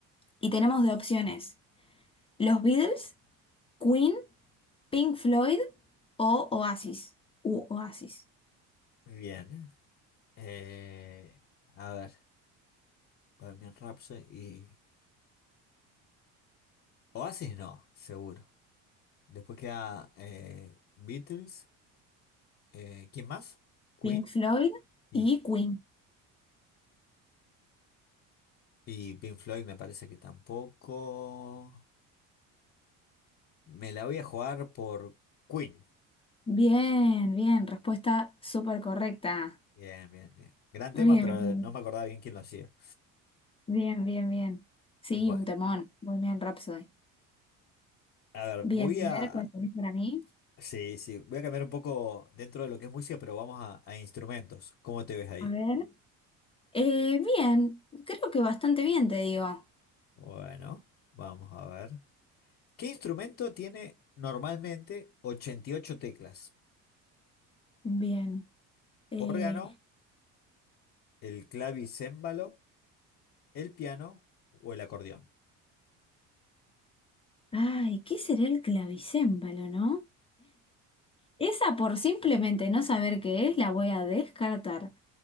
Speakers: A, on the left; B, on the left.
A: Y tenemos de opciones: Los Beatles, Queen, Pink Floyd o Oasis. U Oasis.
B: Bien. Eh, a ver. Bohemian Rhapsody y... Oasis no, seguro. Después queda eh, Beatles, eh, ¿quién más? Queen
A: Pink Floyd
B: y,
A: y Queen.
B: y Pink Floyd me parece que tampoco. Me la voy a jugar por Queen.
A: Bien, bien, respuesta súper correcta.
B: Bien, bien, bien. Gran
A: Bien,
B: tema, pero
A: bien,
B: no me acordaba bien quién lo hacía.
A: bien, bien, bien. Sí,
B: Bueno,
A: un temón. Bohemian Rhapsody.
B: a ver,
A: Bien,
B: voy a...
A: a ver, ¿cuál tenés para mí?
B: Sí, sí, voy a cambiar un poco dentro de lo que es música, pero vamos a, a instrumentos. ¿Cómo te ves ahí?
A: A ver. Eh, bien, creo que bastante bien, te digo.
B: Bueno, vamos a ver. ¿Qué instrumento tiene normalmente 88 teclas?
A: Bien. Eh,
B: ¿Órgano, el clavicémbalo, el piano o el acordeón?
A: ay, ¿qué será el clavicémbalo, no? Esa por simplemente no saber qué es, la voy a descartar.